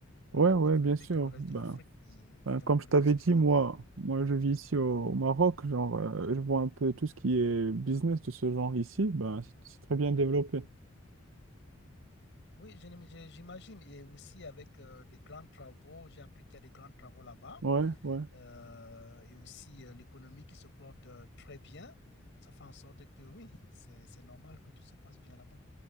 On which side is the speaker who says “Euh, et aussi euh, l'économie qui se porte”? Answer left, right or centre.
Left